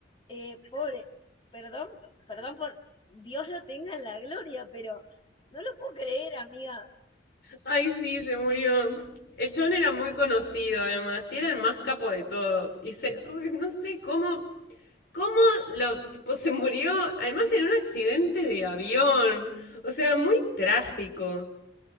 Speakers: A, on the left (about 30°); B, on the left (about 60°).
A: Eh, pobre, perdón, perdón por Dios lo tenga en la gloria, pero no lo puedo creer, amiga.
B: Ay, sí, se murió. El John era muy conocido, además, y era el más capo de todos. Y se, re- no sé cómo cómo lo, tipo, se murió, además en un accidente de avión. O sea, muy trágico,